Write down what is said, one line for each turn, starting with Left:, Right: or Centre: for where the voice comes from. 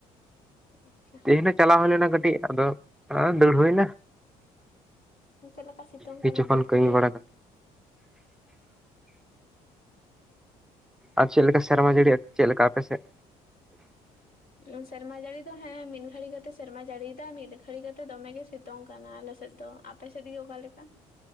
Left: ᱟᱪᱪᱷᱟ
Centre: ᱛᱮᱦᱮᱧ ᱫᱚ ᱪᱟᱞᱟᱣ ᱦᱩᱭ ᱞᱮᱱᱟ ᱠᱟᱹᱴᱤᱡ ᱟᱫᱚᱼᱼ ᱚᱲᱟᱜ ᱦᱚᱸ ᱫᱟᱹᱲ ᱦᱩᱭ ᱮᱱᱟ,
Left: ᱪᱮᱫ ᱞᱮᱠᱟ ᱥᱤᱛᱩᱝ
Centre: ᱠᱤᱪᱷᱩ
Left: ᱠᱟᱱᱟ
Centre: ᱠᱷᱚᱱ
Left: ᱵᱟᱹᱫᱽ
Centre: ᱠᱟᱹᱢᱤ
Left: ᱠᱚᱨᱮ
Centre: ᱵᱟᱲᱟ ᱠᱟᱛᱮ᱾ ᱟᱨ ᱪᱮᱫ ᱞᱮᱠᱟ ᱥᱮᱨᱢᱟ ᱡᱟᱹᱲᱤ ᱪᱮᱫ ᱞᱮᱠᱟ ᱟᱯᱮ ᱥᱮᱫ?
Left: <inaudible> ᱥᱮᱨᱢᱟ ᱡᱟᱹᱲᱤ ᱫᱚ ᱦᱮᱸ ᱢᱤᱫ ᱜᱷᱟᱲᱤ ᱠᱟᱛᱮ ᱥᱮᱨᱢᱟ ᱡᱟᱹᱲᱤᱭᱮᱫᱟ ᱢᱤᱫ ᱜᱷᱟᱲᱤ ᱠᱟᱛᱮ ᱫᱚᱢᱮ ᱜᱮ ᱥᱤᱛᱩᱝ ᱠᱟᱱᱟ ᱟᱞᱮᱥᱮᱫ ᱫᱚ᱾ ᱟᱯᱮ ᱥᱮᱫᱜᱮ ᱚᱠᱟ ᱞᱮᱠᱟ?